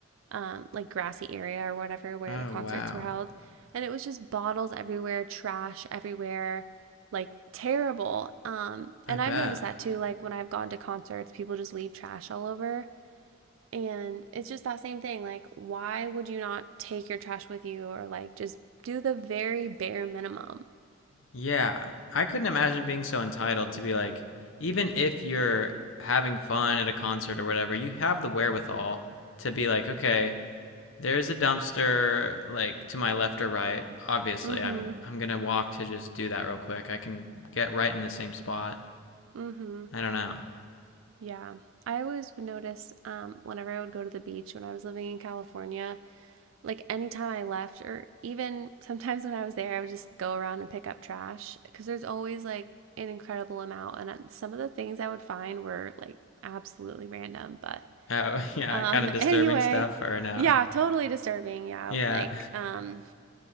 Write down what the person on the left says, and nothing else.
Oh,
wow.
I
bet.
Yeah, I couldn't imagine being so entitled to be like, even if you're having fun at a concert or whatever, you have the wherewithal to be like, okay, there's a dumpster like to my left or right. Obviously,
I'm
I'm going to walk to just do that real quick. I can get right in the same spot.
I don't know.
Oh, <laughs> yeah,
kind of disturbing
stuff or no?
Yeah,